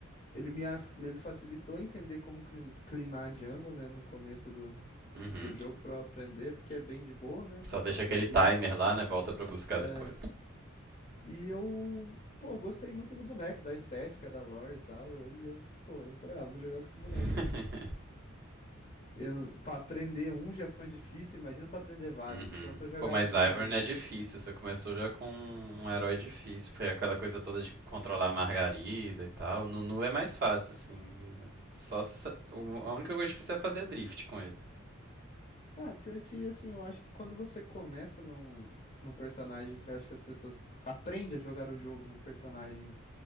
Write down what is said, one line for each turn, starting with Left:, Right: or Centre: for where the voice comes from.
Left: ele me, af- ele facilitou entender como clin- clinar a jungle, né, no começo do,
Right: uhum.
Left: do jogo, pra eu aprender, porque é bem de boa, né,
Right: Só
Left: a passiva
Right: deixa aquele timer
Left: dele.
Right: lá, né, volta pra buscar depois.
Left: É, e eu, pô, gostei muito do boneco, da estética, da lore e tal, eu- e eu, pô, eu falei, ah, vou jogar com esse boneco
Right: <laughs>
Left: aqui. Eu, pra aprender um já foi difícil, imagina pra aprender vários.
Right: Uhum.
Left: Então eu só jogava
Right: Pô, mas
Left: de
Right: Ivern
Left: Ivern.
Right: é difícil. Você começou já com um herói difícil, porque aquela coisa toda de controlar a Margarida e tal. Nunu é mais fácil, assim. Só sa- o- a única coisa difícil é fazer drift com ele.
Left: Ah, pior que assim, eu acho que quando você começa num, num personagem que eu acho que as pessoas aprendem a jogar o jogo num personagem